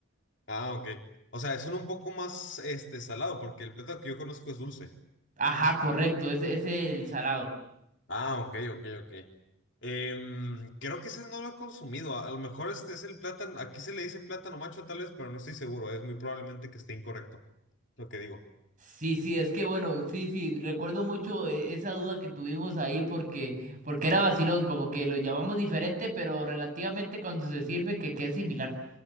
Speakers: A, on the left; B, on the right.
A: Ah, ok. O sea, son un poco más este salado, porque el plátano que yo conozco es dulce.
B: Ajá, correcto, ese ese es el salado.
A: Ah, ok, ok, ok. Em, creo que ese no lo he consumido. A, a lo mejor este es el plátano. Aquí se le dice plátano macho, tal vez, pero no estoy seguro. Es muy probablemente que esté incorrecto lo que digo.
B: Sí, sí, es que bueno, sí, sí, recuerdo mucho eh, esa duda que tuvimos ahí porque, porque era vacilón, como que lo llamamos diferente, pero relativamente cuando se sirve que, que es similar.